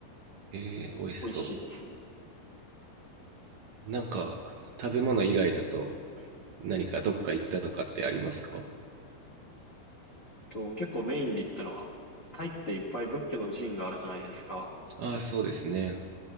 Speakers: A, on the right (about 75°); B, on the left (about 50°).
A: へえ、美味しそ
B: 美味しいですね。
A: う。なんか、食べ物以外だと、何かどっか行ったとかってありますか
B: と、結構メインで行ったのは、タイっていっぱい仏教の寺院があるじゃないですか。
A: ああ、そうですね。